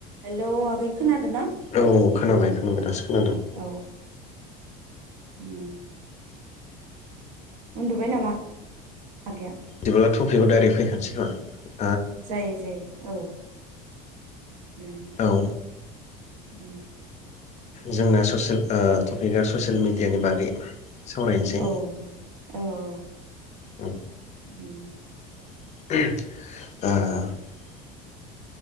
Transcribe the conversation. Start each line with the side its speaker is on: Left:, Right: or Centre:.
Right: हेल' आगै खोनादों ना?
Left: औ खोनाबाय खोनाबाय दासो खोनादों।
Right: औ उम उन्दुबाय नामा आगैया
Left: दिबा टपिकआव डाइरेक फैखानोसै। <unintelligible>
Right: जायो जायो औ। ओम
Left: औ
Right: ओम
Left: जोंना ससेल ओ टपिकआ ससियेल मिडियानि बागै सावरायनोसै
Right: औ औ औ।
Left: उम
Right: ओम
Left: ओ